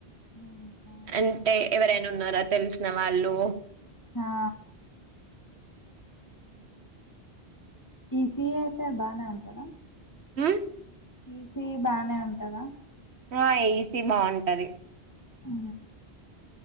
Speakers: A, on the left (about 15°); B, on the right (about 75°).
A: ఇంకా
B: అంటే ఎవరైనా ఉన్నారా తెలిసిన వాళ్ళు
A: హా ఈ ఈసీఈఅయితే బానే ఉంటదా
B: అ
A: ఈసీ బానే ఉంటదా
B: ఆ ఈస్ ఈబాగుంటది
A: ఉ